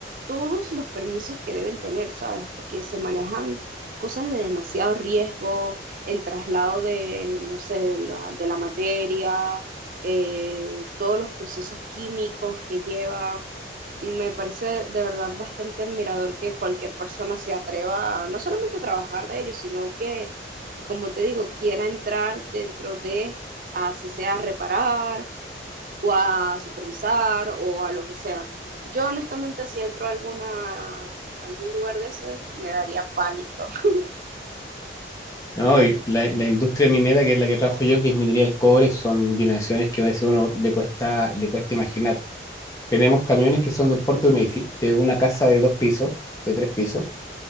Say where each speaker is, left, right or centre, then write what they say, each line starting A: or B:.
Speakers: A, on the right (about 50°); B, on the left (about 20°).
A: todos los permisos que deben tener, ¿sabes? Porque se manejan cosas de demasiado riesgo, el traslado de, no sé, de la, de la materia, eh, todos los procesos químicos que lleva me parece de verdad bastante admirador que cualquier persona se atreva a, no solamente a trabajar de ello, sino que, que, como te digo, quiera entrar dentro de, así sea a reparar o a supervisar o a lo que sea. Yo honestamente si entro a alguna, algún lugar de ese me daría pánico. <laughs>
B: ¿no? Y la, la industria minera, que es la que trabajo yo, que es minería del cobre, son dimensiones que a veces uno le cuesta, le cuesta imaginar. Tenemos camiones que son del porte de, un edifi- de una casa de dos pisos, de tres pisos,